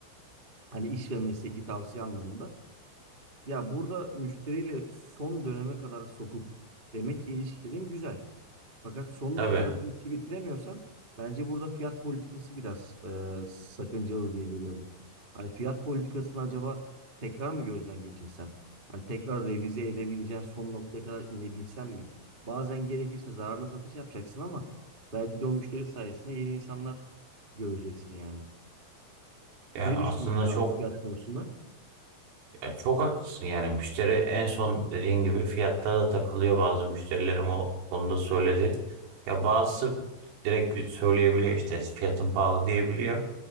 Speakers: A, on the right (about 20°); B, on the right (about 80°).
A: Hani iş ve mesleki tavsiye anlamında. Ya burada müşteriyle son döneme kadar sokup demek ki ilişkilerin güzel. Fakat son
B: Tabii.
A: noktada bu işi bitiremiyorsan bence burada fiyat politikası biraz e, sakıncalı diye görüyorum. Hani fiyat politikasını acaba tekrar mı gözden geçirsen? Hani tekrar revize edebileceğin son noktaya kadar inebilsen mi? Bazen gerekirse zararına satış yapacaksın ama belki de o müşteri sayesinde yeni insanlar göreceksin yani.
B: Ya
A: Ne
B: aslında
A: düşünüyorsun
B: çok
A: abi fiyat konusunda?
B: ya çok haklısın yani müşteri en son dediğin gibi fiyatta da takılıyor bazı müşterilerim o konuda söyledi. Ya bazısı direkt söyleyebiliyor işte fiyatın pahalı diyebiliyor.